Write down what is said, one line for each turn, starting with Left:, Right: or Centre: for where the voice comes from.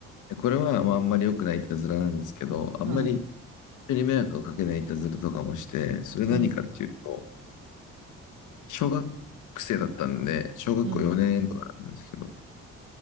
Left: でこれは、まあ、あんまり良くないいたずらなんですけど、あんまり
Right: は
Left: 人に迷惑をかけないいたずらとかもして、それ何かっていうと、
Right: い、うん、
Left: 小学生だったんで、小学校4年とかなんですけど、
Right: うん。